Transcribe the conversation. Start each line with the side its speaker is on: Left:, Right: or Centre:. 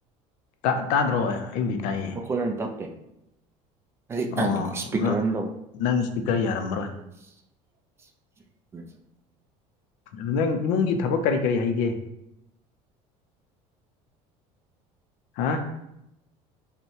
Left: ꯇꯥ ꯇꯥꯗ꯭ꯔꯣ ꯑꯩꯕꯨꯗꯤ ꯇꯥꯏꯌꯦ
Right: ꯃꯈꯣꯟ ꯌꯥꯝ ꯇꯞꯄꯦ ꯑꯩ
Left: ꯑꯣ
Right: ꯏꯁꯄꯤꯀꯔ
Left: ꯅꯪ
Right: ꯑꯃ ꯂꯧ
Left: ꯅꯪ ꯏꯁꯄꯤꯀꯔ ꯌꯥꯔꯝꯃꯔꯣꯏ
Right: <inaudible>
Left: ꯑꯗꯨ ꯅꯪ ꯏꯃꯨꯡꯒꯤ ꯊꯕꯛ ꯀꯔꯤ ꯀꯔꯤ ꯍꯩꯒꯦ ꯍꯥ